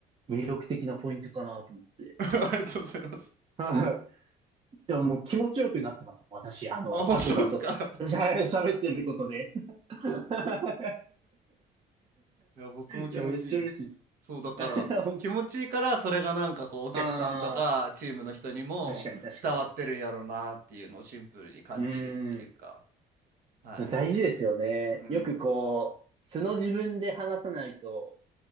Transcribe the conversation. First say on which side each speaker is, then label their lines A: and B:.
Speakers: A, on the right; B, on the right.
A: う、魅力的なポイントかなと思って。
B: <laughs> ありがとうございます。
A: <laughs> はい。でももう気持ちよくなってます。私、あの、
B: あ、本当ですか
A: ハルトさんと、しゃ喋ってることで。<laughs>
B: いや、僕も気持ちいいです。
A: いや、めっちゃ嬉しいです。
B: そう、だから、
A: <laughs> 本当
B: 気持ちいいから、それがなんかこう、お客さんとか、
A: あ
B: チームの人にも伝わってるんやろうなっていうのをシンプルに感じるっていうか、
A: あ、確かに確かに。うーん。
B: はい。
A: 大事ですよね。
B: うん。
A: よくこう、素の自分で話さないと